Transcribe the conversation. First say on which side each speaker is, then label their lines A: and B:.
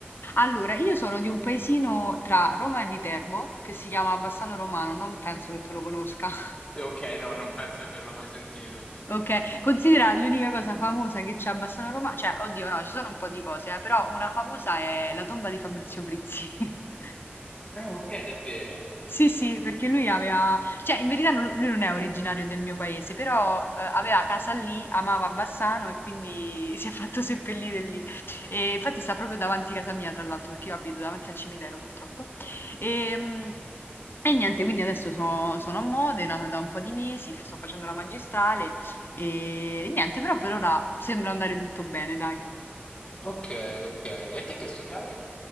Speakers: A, on the left; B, on the left.
A: Allora, io sono di un paesino tra Roma e Viterbo che si chiama Bassano Romano, non penso che tu lo conosca. <laughs>
B: Ok, no, non penso di averlo mai sentito.
A: Ok, considera l'unica cosa famosa che c'è a Bassano Roma, cioè, oddio no, ci sono un po' di cose, eh, però una famosa è la tomba di Fabrizio Frizzi. <laughs>
B: Ah, ok, davvero.
A: Sì, sì, perché lui aveva, cioè in verità non- lui non è originario del mio paese, però eh, aveva casa lì, amava Bassano e quindi <laughs> si è fatto seppellire lì. E infatti sta proprio davanti a casa mia, tra l'altro, perché io abito davanti al cimitero purtroppo. E,
B: Ah.
A: mm, e niente, quindi adesso so- sono a Modena da un po' di mesi, sto facendo la magistrale e niente, però per ora sembra andare tutto bene, dai.
B: Ok, ok. E te che studiavi?